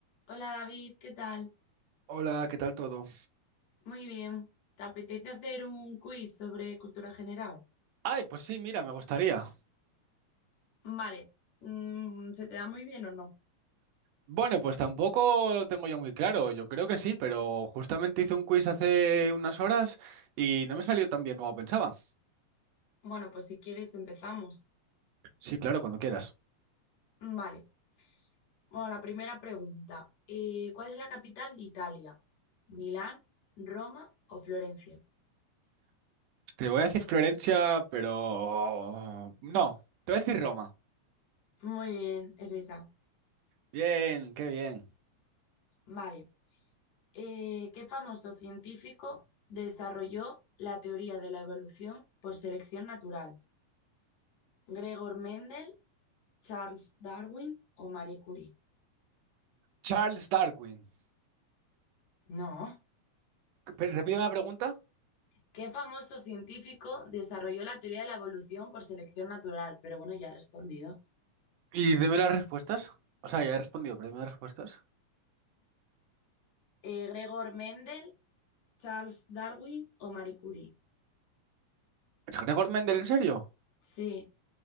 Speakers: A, on the left (about 70°); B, on the right (about 75°).
A: Hola David, ¿qué tal?
B: Hola, ¿qué tal todo?
A: Muy bien. ¿Te apetece hacer un quiz sobre cultura general?
B: Ay, pues sí, mira, me gustaría.
A: Vale. Mm, ¿se te da muy bien o no?
B: Bueno, pues tampoco lo tengo ya muy claro. Yo creo que sí, pero justamente hice un quiz hace unas horas y no me salió tan bien como pensaba.
A: Bueno, pues si quieres empezamos.
B: Sí, claro, cuando quieras.
A: Vale. Bueno, la primera pregunta. Eh, ¿cuál es la capital de Italia? ¿Milán, Roma o Florencia?
B: Te voy a decir Florencia, pero... No, te voy a decir Roma.
A: Muy bien, es esa.
B: Bien, qué bien.
A: Vale. Eh, ¿qué famoso científico desarrolló la teoría de la evolución por selección natural? ¿Gregor Mendel, Charles Darwin o Marie Curie?
B: Charles Darwin.
A: No.
B: Pe- Repíteme la pregunta
A: ¿Qué famoso científico desarrolló la teoría de la evolución por selección natural? Pero bueno, ya he respondido.
B: y dime las respuestas. O sea, ya he respondido, pero dime las respuestas.
A: Eh, ¿Gregor Mendel, Charles Darwin o Marie Curie?
B: ¿Es Gregor Mendel, en serio?
A: Sí,